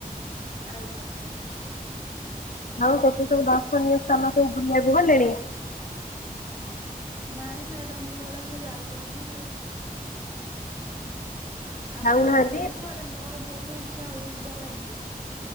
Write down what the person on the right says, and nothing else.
ଆଜ୍ଞା ଆଜ୍ଞା।
ନାଇଁ ମ୍ୟାଡାମ୍ କୁଆଡ଼େ ମୁଁ ଯାଇପାରୁନି ଆଉ। ଆପଣ
ଯାଇଥିଲେ କୁଆଡ଼େ ମୋର ବହୁତ ଇଚ୍ଛା ହଉଛି ଯିବା ପାଇଁ କି।